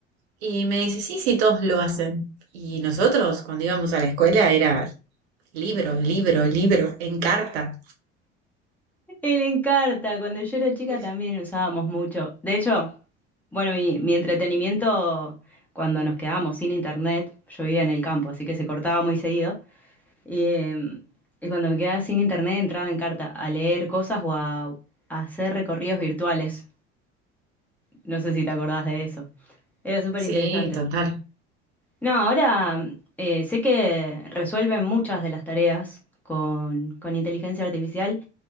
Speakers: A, on the right; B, in the centre.
A: Y me dice, sí, sí, todos lo hacen. Y nosotros, cuando íbamos a la escuela, era libro, libro, libro, en carta.
B: El encarta, cuando yo era chica
A: Mm.
B: también usábamos mucho. De hecho, bueno, mi, mi entretenimiento cuando nos quedábamos sin internet, yo vivía en el campo, así que se cortaba muy seguido. Y, eh, y cuando me quedaba sin internet entraba en carta a leer cosas o a, a hacer recorridos virtuales. No sé si te acordás de eso. Era súper
A: Sí,
B: interesante.
A: total.
B: No, ahora eh, sé que resuelven muchas de las tareas con, con inteligencia artificial